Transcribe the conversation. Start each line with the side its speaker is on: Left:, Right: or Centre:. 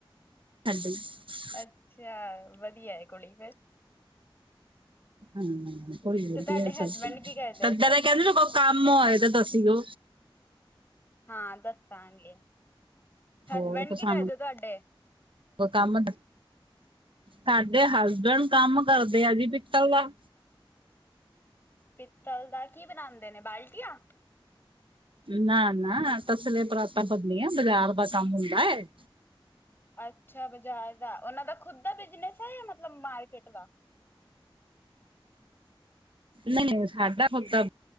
Right: <unintelligible>
Left: ਅੱਛਾ ਵਧੀਆ ਏ ਕੁੜੀ ਫੇਰ।
Right: ਹਾਂਜੀ ਹਾਂਜੀ ਕੁੜੀ
Left: ਤੇ
Right: ਵਧੀਆ
Left: ਤੁਹਾਡੇ
Right: ਏ
Left: ਹਸਬੈਂਡ
Right: ਤਾਡੀ,
Left: ਕੀ ਕਰਦੇ
Right: ਤਦੇ ਤੇ ਕੈਂਦੀ ਕੋਈ ਕੰਮ ਹੋਏ ਤੇ ਦੱਸੀਓ।
Left: ਹਾਂ ਦੱਸਾਂਗੇ। ਹਸਬੈਂਡ
Right: ਹੋਰ ਤੇ
Left: ਕੀ
Right: ਸਾਨੂੰ,
Left: ਕਰਦੇ ਤੁਹਾਡੇ
Right: ਕੋਈ ਕੰਮ ਸਾਡੇ ਹਸਬੈਂਡ ਕੰਮ ਕਰਦੇ ਆ ਜੀ ਪਿੱਤਲ ਦਾ।
Left: ਪਿੱਤਲ ਦਾ ਕੀ ਬਨਾਂਦੇ ਨੇ ਬਾਲਟੀਆਂ।
Right: ਨਾ-ਨਾ ਤਸਲੇ ਪਰਾਤਾਂ ਬਨਦੀਆਂ ਬਾਜ਼ਾਰ ਦਾ ਕੰਮ ਹੁੰਦਾ ਏ।
Left: ਅੱਛਾ ਬਜਾਰ ਦਾ, ਉਨਾਂ ਦਾ ਖੁੱਦ ਦਾ ਬਿਜਨਸ ਏ, ਯਾਂ ਮਤਲਬ ਮਾਰਕੀਟ ਦਾ।
Right: ਨਈ ਸਾਡਾ ਖੁਦ ਦਾ